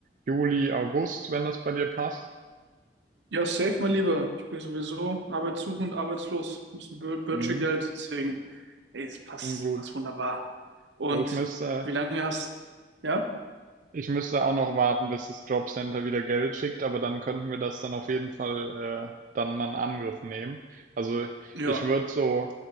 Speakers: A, on the right (about 45°); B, on the right (about 80°).
A: Juli, August, wenn das bei dir passt.
B: Ja, safe, mein Lieber. Ich bin sowieso arbeitssuchend, arbeitslos. Ein bisschen Bö- Bürgergeld,
A: Mhm.
B: deswegen, ey, es passt,
A: Klingt gut.
B: passt wunderbar. Und
A: Ich müsste
B: wie lange hast, ja?
A: Ich müsste auch noch warten, bis das Jobcenter wieder Geld schickt, aber dann könnten wir das dann auf jeden Fall äh, dann mal in Angriff nehmen. Also
B: Ja,
A: ich würde so